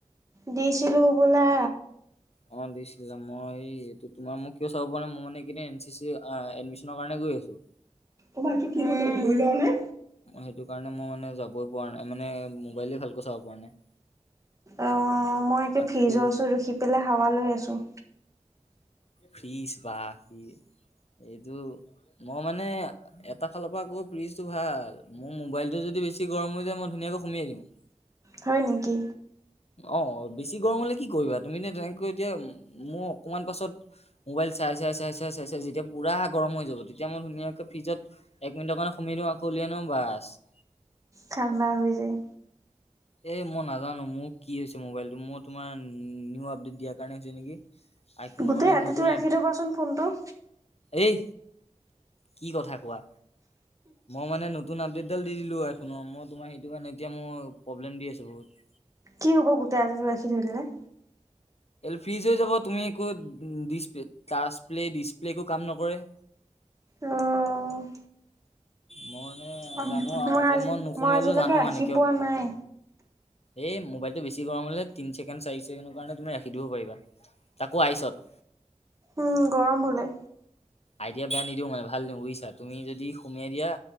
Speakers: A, on the right; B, on the left.
A: দিছিলোঁ বোলা।
B: অহ। অহ, দিছিলা। মই এইটো তোমাৰ মোক কিয় চাব পৰা নাই, মই মানে এই কেইদিন এন চি চি এডমিশ্যন কাৰণে গৈ আছোঁ। <inaudible>
A: তোমাৰটো কি, উম, ধুই ললা নে?
B: সেইটো কাৰণে মই মানে যাবই পৰা নাই, মানে মোবাইলে ভালকৈ চাব পৰা নাই।
A: অহ, মই একে
B: তাকো
A: ফ্ৰিজৰ ওচৰত ৰখি পেলাই হাৱা লৈ আছোঁ।
B: ফ্ৰিজ বা কি এইটো মই মানে এটা ফালৰ পৰা আকৌ ফ্ৰিজটো ভাল। মোৰ মোবাইলটো যদি বেছি গৰম হৈ যায় মই ধুনীয়াকৈ সোমেই দিওঁ। <inaudible>
A: হয় নেকি?
B: অহ, বেছি গৰম হ'লে কি কৰিবা। তুমি এ তেনেকৈ এতিয়া মোৰ অকমান পাছত মোবাইল চাই-চাই-চাই-চাই-চাই-চাই যেতিয়া পুৰা গৰম হৈ যাব, তেতিয়া মই ধুনীয়াকে ফ্ৰিজত এক মিনিটৰ কাৰে সোমেই দিওঁ আকৌ উলিয়াই আনো বাছ।
A: ঠাণ্ডা হৈ যায়।
B: এ মই নাজানোঁ মোৰ কি হৈছে মোবাইলটো। মই তোমাৰ নিউ আপডেট দিয়াৰ কাৰণে হৈছে নেকি। আইফোনৰ
A: গোটেই
B: মানে
A: ৰাতিটো
B: নতুন
A: ৰাখি থবাচোন ফোনটো।
B: এই, কি কথা কোৱা? মই মানে নতুন আপডেটডাল দি দিলোঁ আইফোনৰ। মই তোমাৰ সেইটো কাৰণে এতিয়া মোৰ প্ৰব্লেম দি আছে বহুত।
A: কি হ'ব গোটেই আজিো ৰাখি ধৰিলে।
B: ফ্ৰিজ হৈ যাব তুমি একো চ প্লে ডিছপ্লে একো কাম নকৰে।
A: অ'
B: মই মানে
A: পানী
B: জানো
A: অকণ
B: আৰু যে
A: আজি
B: মই নোসুমিয়ালো
A: আজিলৈকে
B: জানো
A: ৰাখি
B: মানে কিয়
A: পোৱা নাই
B: এই মোবাইলটো বেছিৰম হলে তি চছেকেড চি চছেকেণ্ডৰ কাৰণে তুমি ৰাখি দিব পাৰিবা তাকো আইচত।
A: উম গৰম হ'লে?
B: আইডিয়া বেয়া নিদিও মানে ভাল দিওঁ বুজিছা তুমি যদি সুমাই দিয়া